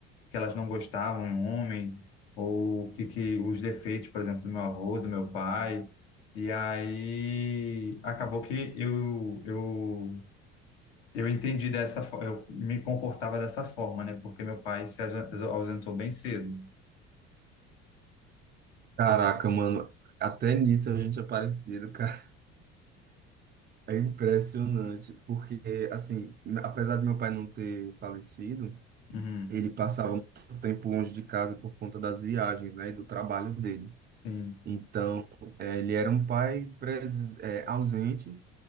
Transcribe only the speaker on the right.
Caraca, mano, até nisso a gente é parecido, <laughs> cara. É impressionante, porque assim, apesar de meu pai não ter falecido
ele passava muito tempo longe de casa por conta das viagens, né, e do trabalho dele.
Então, eh, ele era um pai pres- eh, ausente